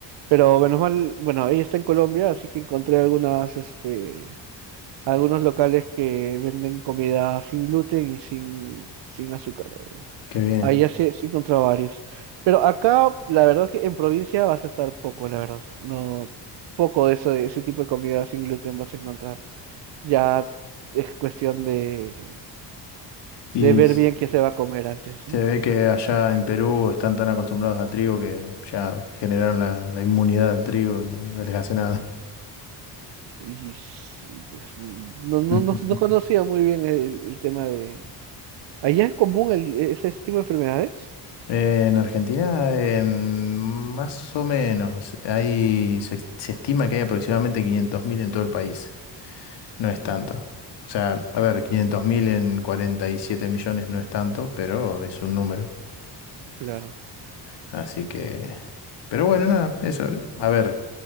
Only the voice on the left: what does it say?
qué bien.
Y
Se ve que allá en Perú están tan acostumbrados al trigo que ya generaron la, la inmunidad al trigo y no, no les hace nada.
<laughs>
Eh, en Argentina, eh, más o menos, hay, se, se estima que hay aproximadamente 500.000 en todo el país. No es tanto. O sea, a ver,
500.000 en 47 millones no es tanto, pero es un número.
Así que... Pero bueno, nada, eso. A ver.